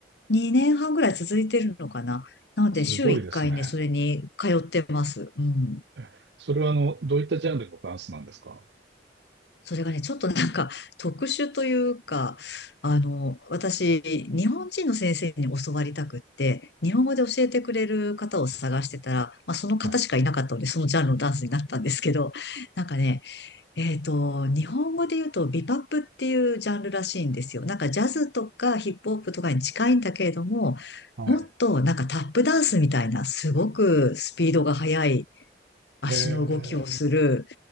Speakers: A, on the left; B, on the right.
A: 2年半ぐらい続いてるのかななので、
B: すごいですね。
A: 週1回ね、それに通ってます。うん。
B: えそれはあの、どういったジャンルのダンスなんですか
A: それがね、ちょっとなんか特殊というか、あの、私、日本人の先生に教わりたくって、日本語で教えてくれる方を探してたら、まあその方しかいなかったので、
B: はい。
A: そのジャンルのダンスになったんですけど、なんかね、えっと、日本語で言うとビパップっていうジャンルらしいんですよ。なんかジャズとかヒップホップとかに近いんだけれども、
B: はい。
A: もっとなんかタップダンスみたいな、すごくスピードが速い足の動きをする、
B: え